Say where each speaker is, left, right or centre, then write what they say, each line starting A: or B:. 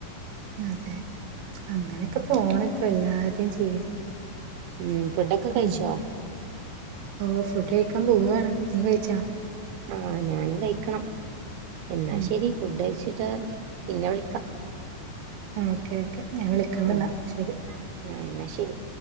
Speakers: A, on the right; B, on the right.
A: അതെ അങ്ങനെക്കെ പോണ് ഇപ്പൊ എല്ലാരുടെയും ജീവിതം
B: ഉം ഫുഡൊക്കെ കഴിച്ചോ
A: ഉം ഓ ഫുഡ് കഴിക്കാൻ പോവാണ്, നീ കഴിച്ചാ?
B: ആഹ് ഞാനും കഴിക്കണം എന്നാ
A: ഉം
B: ശരി ഫുഡ് കഴിച്ചിട്ട് പിന്നെ വിളിക്കാം.
A: ആഹ് ഓക്കെ ഓക്കെ ഞാൻ വിളിക്കണ്ട്
B: ഉം
A: എന്ന ശരി.
B: ആഹ് എന്നാ ശരി